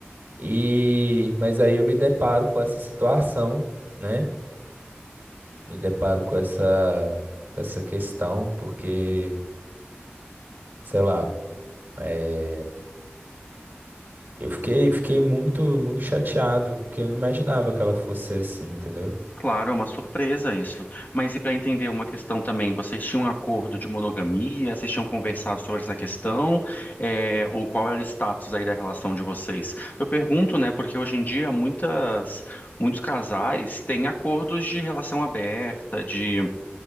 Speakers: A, on the right (about 50°); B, on the left (about 45°).
A: E, mas aí eu me deparo com essa situação, né? Me deparo com essa, essa questão, porque, sei lá, é, eu fiquei, fiquei muito, muito chateado, porque eu não imaginava que ela fosse assim, entendeu?
B: Claro, é uma surpresa isso. Mas e para entender uma questão também, vocês tinham um acordo de monogamia? Vocês tinham conversado sobre essa questão? É, ou qual era o status aí da relação de vocês? Eu pergunto, né, porque hoje em dia muitas, muitos casais têm acordos de relação aberta, de,